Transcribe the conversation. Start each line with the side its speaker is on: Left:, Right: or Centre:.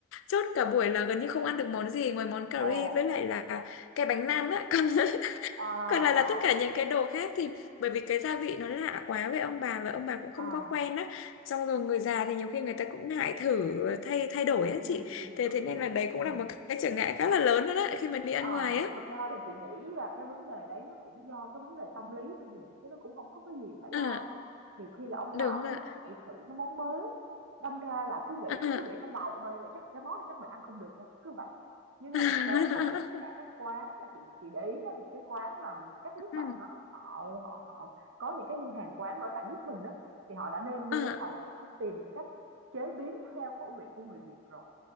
Left: chốt cả buổi là gần như không ăn được món gì ngoài món cà
Right: ồ
Left: ri với lại là cái bánh nan á <laughs> Còn
Right: à, à,
Left: còn là là tất cả những cái đồ khác thì bởi vì cái gia vị nó lạ quá với ông bà và ông bà cũng không
Right: à.
Left: có quen á xong rồi người già thì nhiều khi người ta cũng ngại thử thay thay đổi á
Right: Ừ,
Left: chị
Right: chị hiểu
Left: thế thế
Right: chị
Left: nên
Right: hiểu
Left: là đấy cũng
Right: ừ.
Left: là một cái trở ngại khá là lớn đó, đó khi mà đi ăn
Right: Ờ,
Left: ngoài á
Right: thực ra thì chị nghĩ là cái vấn đề đấy nó cũng do cái vấn đề tâm lý thôi Huyền, chứ nó cũng không có cái gì phải
Left: à,
Right: lo đó á. Nhiều khi là ông
Left: đúng
Right: bà
Left: rồi
Right: cứ ngại thử cái món mới, đâm ra là cứ nghĩ
Left: à.
Right: cứ nghĩ trong đầu thôi là chắc cái món này chắc mình ăn không được đâu, cứ vậy. Nhưng
Left: <laughs>
Right: mà thực tế thôi thì tất cả các quán mà chị chị để ý nha, những cái quán mà các nước
Left: Ừ.
Right: bạn á, họ họ họ có những cái hàng quán ở tại nước mình đó thì họ đã nêm nếm,
Left: À,
Right: họ đã tìm cách chế biến theo khẩu vị của người Việt rồi